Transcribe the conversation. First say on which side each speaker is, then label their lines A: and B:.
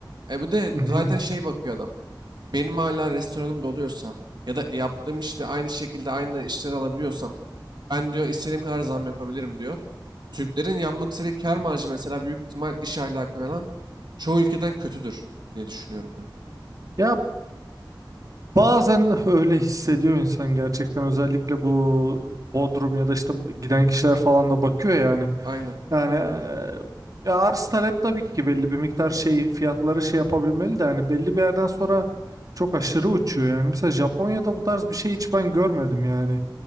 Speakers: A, on the right; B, on the right.
A: E bir de
B: Mhm.
A: zaten şey bakıyor adam benim hala restoranım doluyorsa ya da yaptığım işte aynı şekilde aynı işleri alabiliyorsam ben diyor istediğim kadar zam yapabilirim diyor. Türklerin yapmak istediği kar marjı mesela büyük ihtimal iş ahlakı falan çoğu ülkeden kötüdür diye düşünüyorum ben.
B: Ya Bazen öyle hissediyor insan gerçekten özellikle bu Bodrum ya da işte giden kişiler falan da bakıyor yani.
A: Aynen.
B: Yani eee, ya arz talep tabii ki belli bir miktar şey fiyatları şey yapabilmeli de hani belli bir yerden sonra çok aşırı uçuyor yani. Mesela Japonya'da bu tarz bir şey hiç ben görmedim yani.